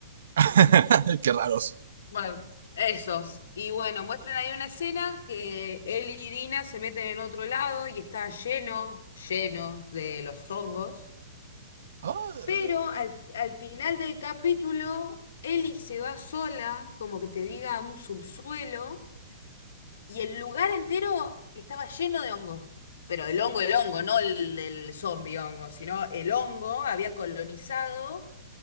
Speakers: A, on the right; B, on the left.
A: <laughs> Qué raros.
B: Bueno, esos. Y bueno, muestran ahí una escena que él y Dina se meten en otro lado y está lleno, lleno de los hongos.
A: Ah.
B: Pero al, al final del capítulo, Ellie se va sola, como que te diga, a un subsuelo, y el lugar entero estaba lleno de hongos. Pero el hongo, el hongo, no el, el zombie hongo, sino el hongo había colonizado